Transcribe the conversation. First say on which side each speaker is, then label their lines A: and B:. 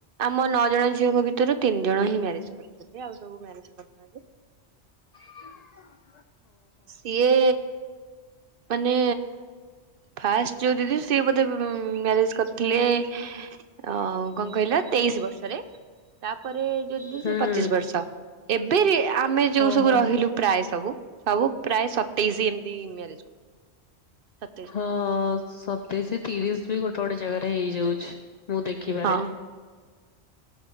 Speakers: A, on the right; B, on the left.
A: ଆମ ନଅ ଜଣ ଝିଅଙ୍କ ଭିତରୁ ତିନି ଜଣ ହିଁ ମ୍ୟାରେଜ୍ କରିଛନ୍ତି। ଆଉ ସବୁ ମ୍ୟାରେଜ୍ <unintelligible>
B: ହ
A: ସିଏ ମାନେ ଫାଷ୍ଟ ଯୋଉ ଦିଦି ସିଏ ବୋଧେ ମ୍ୟାରେଜ୍ କରିଥିଲେ। ଅ କଣ କହିଲ ତେଇଶି ବର୍ଷରେ ତାପରେ ଯୋଉ ଦିଦି
B: ହୁଁ।
A: ସେ ପଚିଶ ବର୍ଷ। ଏବେ ଆମେ ଯୋଉ
B: ଓହୋ
A: ସବୁ ରହିଲୁ ପ୍ରାୟ ସବୁ, ସବୁ ପ୍ରାୟ ସତେଇଶ ଏମତି ମ୍ୟାରେଜ୍ <unintelligible> ସତେଇଶ୍
B: ହଁ ସତେଇଶିି ତିରିଶ ବି ଗୋଟେ ଗୋଟେ ଜାଗାରେ ହେଇଯାଉଚି ମୁଁ ଦେଖିବାରେ।
A: ହଁ